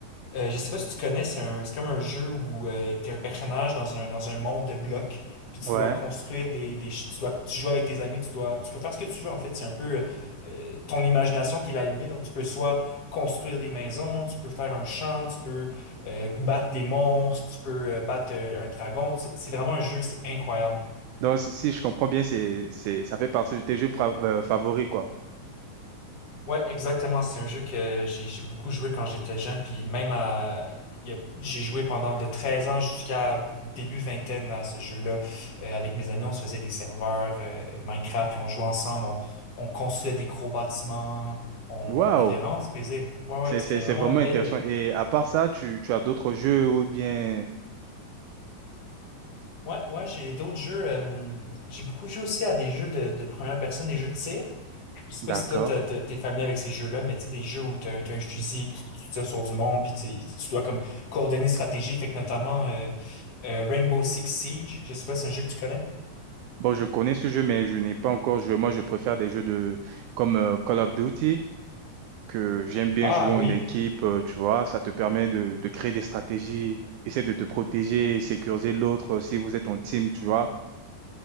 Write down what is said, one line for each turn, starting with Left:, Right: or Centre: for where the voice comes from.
Left: Euh, je sais pas si tu connais, c'est un, c'est comme un jeu où euh, t'es un personnage dans un, dans un monde de blocs, puis tu
Right: Ouais.
Left: dois construire des, des, ch- tu dois, tu joues avec tes amis, tu dois, tu peux faire ce que tu veux en fait. C'est un peu euh, ton imagination qui est la limite. Donc tu peux soit construire des maisons, tu peux faire un champ, tu peux euh, battre des monstres, tu peux euh, battre euh, un dragon. C'est c'est vraiment un jeu, c'est incroyable.
Right: Donc si, si je comprends bien, c'est, c'est, ça fait partie de tes jeux pra- euh, favoris, quoi.
Left: Ouais, exactement. C'est un jeu que j'ai j'ai beaucoup joué quand j'étais jeune, puis même à il y a- j'ai joué pendant de 13 ans jusqu'à début vingtaine à ce jeu-là. Euh, avec mes amis, on se faisait des serveurs euh, Minecraft, puis on jouait ensemble, on, on construisait des gros bâtiments, on
Right: Waouh!
Left: avait vraiment du plaisir. Ouais, ouais,
Right: C'est,
Left: c'était
Right: c'est,
Left: vraiment
Right: c'est vraiment
Left: une belle.
Right: intéressant. Et à part ça, tu, tu as d'autres jeux ou bien...
Left: Ouais, ouais, j'ai d'autres jeux. euh, j'ai beaucoup joué aussi à des jeux de, de première personne, des jeux de tir. Je sais
Right: D'accord.
Left: pas si toi, t'as- t'as- t'es familier avec ces jeux-là, mais tu sais, des jeux où t'as, t'as un fusil, puis tu tires sur du monde, puis tu, tu dois comme coordonner une stratégie, fait que notamment euh, euh, Rainbow Six Siege, je sais pas si c'est un jeu que tu connais.
Right: Bon, je connais ce jeu, mais je n'ai pas encore joué. Moi, je préfère des jeux de comme euh, Call of Duty, que j'aime bien
Left: Ah
Right: jouer
Left: oui.
Right: en équipe, euh, tu vois. Ça te permet de, de créer des stratégies, essayer de te protéger, sécuriser l'autre euh, si vous êtes en team, tu vois.